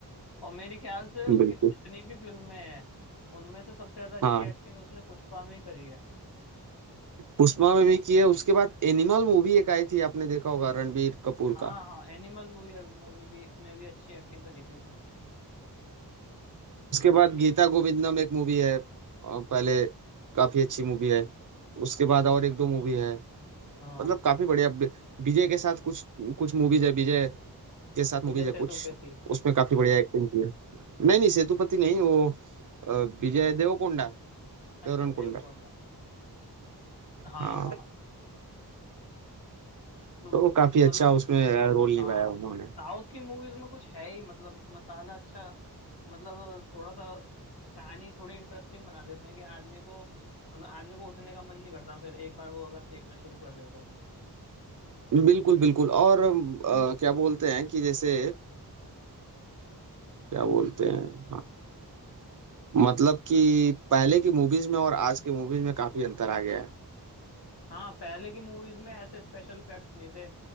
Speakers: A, on the left; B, on the right.
A: और मेरे ख्याल से उसकी
B: बिल्कुल
A: जितनी भी फिल्में हैं उनमें से सबसे ज्यादा अच्छी
B: हाँ
A: एक्टिंग उसने पुष्पा में ही करी है
B: पुष्पा में भी की है उसके बाद एनिमल मूवी एक आई थी आपने देखा होगा रणबीर कपूर
A: हाँ
B: का
A: हाँ एनिमल मूवी मूवी भी में भी अच्छी एक्टिंग करी थी उसने
B: उसके बाद गीता गोविंदम एक मूवी है अ, पहले काफी अच्छी मूवी है उसके बाद और एक दो मूवी है
A: हाँ
B: मतलब काफी बढ़िया वि- विजय के साथ कुछ कुछ मूवीज है विजय के साथ
A: विजय
B: मूवीज है
A: सेतुपति
B: कुछ उसमें काफी बढ़िया एक्टिंग की है नहीं नहीं सेतुपति नहीं वो अ, विजय देवरकोंडा देवरकोंडा
A: अच्छा देवकोंडा हाँ
B: हाँ
A: हाँ म-
B: तो काफी अच्छा
A: मतलब
B: उसमें रोल निभाया
A: हाँ
B: उन्होंने
A: साउथ की मूवीज में कुछ है ही मतलब मसाला अच्छा मतलब थोड़ा सा कहानी थोड़ी इंटरेस्टिंग बना देते हैं कि आदमी को मतलब आदमी को उठने का मन नहीं करता फिर एक बार वो अगर देखना शुरू कर दे तो
B: बिल्कुल बिल्कुल और अ, क्या बोलते हैं कि जैसे अ, क्या बोलते हैं हाँ, मतलब कि पहले की मूवीज में और आज के मूवीज में काफी अंतर आ गया है
A: हाँ पहले की मूवीज में ऐसे स्पेशल इफेक्ट्स नहीं थे